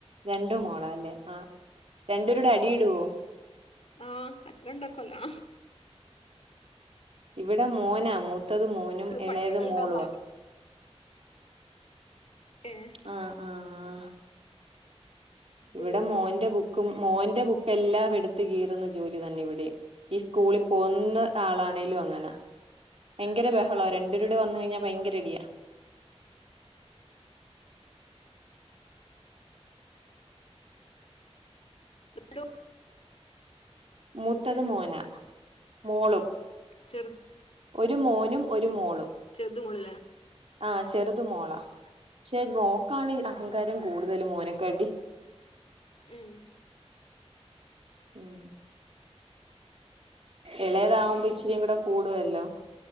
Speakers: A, on the right (about 65°); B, on the left (about 65°).
A: രണ്ടു മോളാല്ലേ ആഹ് രണ്ടൂരുടെ അടിയിടുവോ
B: ആഹ് കച്ചറ ഉണ്ടാക്കുവല്ലാ
A: ഇവിടെ മോനാ മൂ ത്തത് മോനും ഇളയത്
B: പഠിക്കണ്ടാവുമ്പോ
A: മോളുവാ
B: ഏഹ്
A: ആഹ് ആഹ് ഇവിടെ
B: കീറലും
A: മോന്റെ ബു ക്കും മോന്റെ ബുക്കെല്ലാം എടുത്ത് കീറുന്ന ജോലി തന്നെ ഇവിടെയും ഈ സ്കൂളി ഒന്ന്
B: ഉം
A: ആളാണേലും അങ്ങനാ ഭയങ്കര ബഹളാ
B: ആഹ്
A: രണ്ടൂരൂടെ വന്ന് കഴിഞ്ഞാ ഭയങ്കരടിയാ
B: ലടു <unintelligible>
A: മൂത്തത് മോനാ മോളു.
B: ചെറുത്-
A: ഒരു മോനും ഒരു മോളും
B: ചെറുത് മോളിലേ
A: ആഹ് ചെറുത് മോൻ പക്ഷേ മോൾക്കാണ് അഹങ്കാരം കൂടുതൽ മോനെക്കാട്ടും.
B: ഉം..
A: ഉം ഇളയതാവുമ്പോ
B: പിന്നെന്താ
A: ഇച്ചിരി കൂടെ കൂടുവല്ലോ-